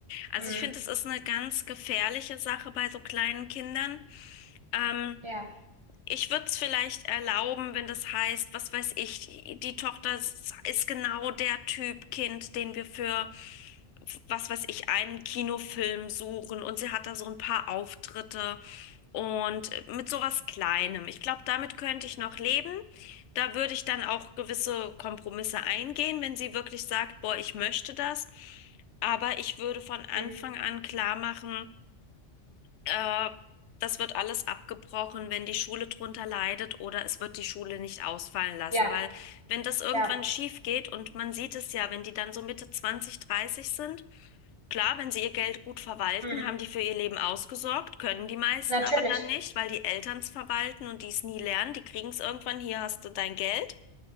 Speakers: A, on the left; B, on the right.
A: Also
B: mhm,
A: ich finde, es ist eine ganz gefährliche Sache bei so kleinen Kindern. Ähm,
B: ja,
A: ich würde es vielleicht erlauben, wenn das heißt, was weiß ich, die die Tochter ist ist genau der Typ Kind, den wir für, was weiß ich, einen Kinofilm suchen und sie hat da so ein paar Auftritte. Und äh, mit sowas Kleinem. Ich glaube, damit könnte ich noch leben. Da würde ich dann auch gewisse Kompromisse eingehen, wenn sie wirklich sagt, boah, ich möchte das. Aber ich würde von Anfang
B: mhm,
A: an klar machen, äh, das wird alles abgebrochen, wenn die Schule drunter leidet oder es wird die Schule nicht ausfallen lassen,
B: ja.
A: weil wenn das irgendwann
B: Ja,
A: schief geht und man sieht es ja, wenn die dann so Mitte 20, 30 sind, Klar, wenn sie ihr Geld gut verwalten,
B: mhm.
A: haben die für ihr Leben ausgesorgt, können die meisten
B: Natürlich.
A: aber dann nicht, weil die Eltern es verwalten und die es nie lernen. Die kriegen es irgendwann, hier hast du dein Geld.